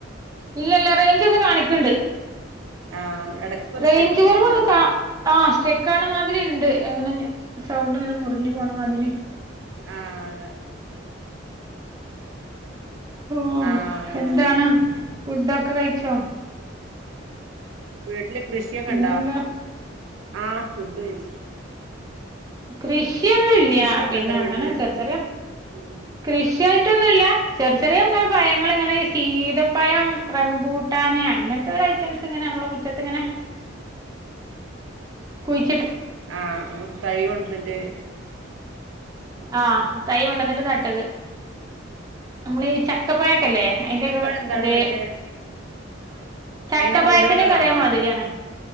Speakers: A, on the right; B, on the right.
A: ഇല്ല ഇല്ല റേഞ്ച് ഒക്കെ കാണിക്കണ്ട്
B: ആഹ് എടക്കൊരു
A: റേ
B: സ്റ്റെക്ക്
A: ഞ്ച്
B: വരുന്നുണ്ട്
A: കുറവൊന്നും
B: അതാ
A: ക ആ ചെക്ക ആണ മാതിരി ഉണ്ട് എങ്ങനെ സൗണ്ട് ഇങ്ങനെ മുറിഞ്ഞു പോണമാതിരി
B: ആഅതെ ഉ
A: ഓ
B: ആഹ് അതന്നെ
A: എന്താണ്
B: അതന്നെ
A: ഫുഡൊക്കെ കഴിച്ചോ
B: വേട്ടല് കൃഷിയൊക്കെ
A: പിന്നെന്താ
B: ഉണ്ടോ ആ ഫുഡ് കഴിച്ചു
A: കൃഷ കൃഷി ഇ ന്നില്ല
B: കൃഷിയൊക്കെ
A: പിന്നെ
B: ഉണ്ടോ വീട്ടില്
A: അങ്ങനെ ചെറിച്ചെറിയാം
B: ഉം
A: കൃഷിയായിട്ട് റ്റൊന്നുമല്ല ചെറിയ ചെറിയ ഇങ്ങനെ പയങ്ങ ഇങ്ങനെഈ ശീതപ്പയം റംമ്പൂട്ടാന് അങ്ങനത്തെ ഒരു ഐറ്റംസ് ഇങ്ങനെ നമ്മടെ മുറ്റത്ത് ഇങ്ങനെ കുയ്
B: ആഹ തൈ കൊണ്ടത്തിന്റെ അട്ട
A: ആഹ തൈ കൊണ്ടന്നിട്ട് നട്ടത് നമ്മള ഈ ചക്കപ്പയ ല്ല
B: സീതപ്പഴം
A: അതിന്റെ
B: എന്താണ്
A: അതെ
B: മറ്റേ ആഹ്
A: ചക്കപായത്തിന്റെ
B: അയിന്റെ മുള്ളുള്ളതാണോ
A: കഥയ മാതിരിയാണ്